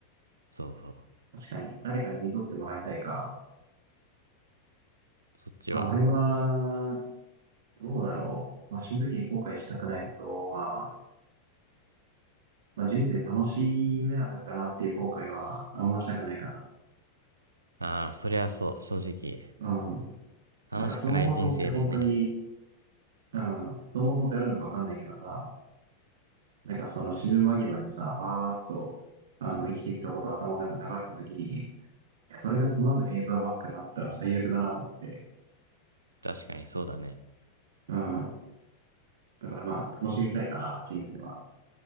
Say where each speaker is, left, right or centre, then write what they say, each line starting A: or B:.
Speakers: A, on the right (about 75°); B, on the right (about 50°).
A: そうそう。
B: 確かに、誰かに見とってもらいたいか。
A: そっちは。
B: あ、俺は、どうだろう。まあ、死ぬ時に後悔したくないことは、まあ、人生楽しめなかったなっていう後悔は、あんましたくないかな。
A: ああ、そりゃそう、正直。
B: うん。
A: 楽しくない人生でね。
B: なんか、走馬灯って本当に、うん、走馬灯ってあるのかわかんないけどさ、なんかその死ぬ間際にさ、バーっと、あの、生きてきたこと頭の中に流れた時に、それがつまんない映像ばっかだったら最悪だなと思って。
A: 確かにそうだね。
B: うん。だからまあ、楽しみたいかな、人生は。